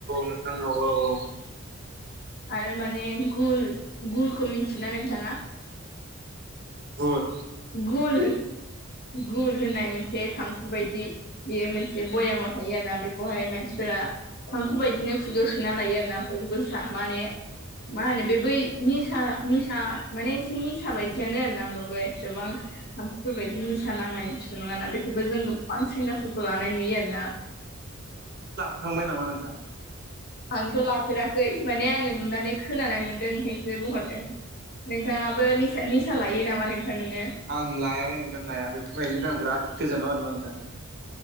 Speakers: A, on the right; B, on the left.
A: औ औ औ औ
B: आरो माने गुल गुलखौ मिथियोना नोंथाङा?
A: गुर
B: गुल गुल होननाय मोनसे थांखु बायदि। बेयो मोनसे बयामाव थायो आरोना बेखौहाय मानसिफोरा। थांखु बायदिनो खुगायाव सोना लायो आरोना आमफाय बेखौ माने मा होनो बे बै निसा निसा माने एसे निसा बायदियानो आरो ना होमबाबो एसेबां थांखुफोर बायदि। निसा नांनाय बि नङाना बेखौबो जों गोबां सेंग्राफोर खौ लानाय नुयो आरोना
A: थांबाय नामा नोंथां?
B: आंथ' लाफेराखै माने आङो नुनानै खोनानाय मोनदों ओंखायसो बुंहरदों। नोंथाङाबो निसा लायो नामा नोंथां नोङो?
A: आं लायालाय नोंथां लाया बेफोरबादिनिफ्राय आं बेराद गोजोन